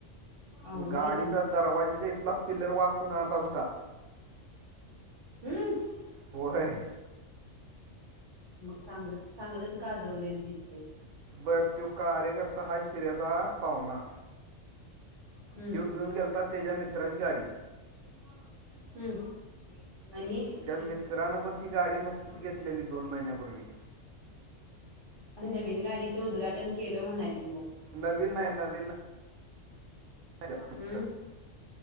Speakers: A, on the right; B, on the right.
A: अवघड
B: गाडीचा
A: आहे की मग
B: दरवाजाचा इथंला पिल्लर वाकून आत आलता,
A: हम्म
B: व्हय.
A: मग चांगलं, चांगलच गाजवलेलं दिसतंय‌.
B: बर त्यो कार्यकर्ता हाय सिऱ्याचा पावना.
A: हम्म
B: त्यो घेऊन गेलात त्याच्या मित्राची गाडी
A: हं, आणि <inaudible>
B: त्या मित्रानं पण ती गाडी नुकतीच घेतलेली दोन महिन्यापूर्वी
A: नवीन गाडीचं उद्घाटन केलं म्हणायचं मग.
B: नवीन नाय, नवीन नाही त्या
A: हम्.,